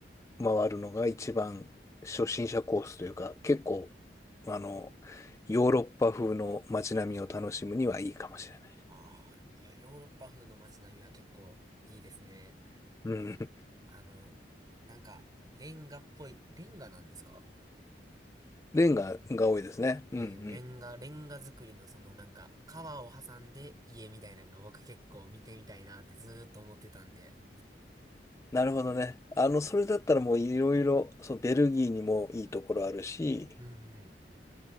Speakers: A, on the left; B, on the right.
A: 回るのが一番初心者コースというか、結構、あの、ヨーロッパ風の街並みを楽しむにはいいかもしれない。
B: ああ、いや、ヨーロッパ風の街並みは結構いいですね。
A: うん。
B: あの、なんか、レンガっぽい、レンガなんですか
A: レンガが多いですね。うんうん。
B: そうですねレンガ、レンガ作りのそのなんか、川を挟んで家みたいなのが僕結構見てみたいなってずーっと思ってたんで。
A: なるほどね。あの、それだったらもういろいろ、そうベルギーにもいいところあるし、
B: うんうん。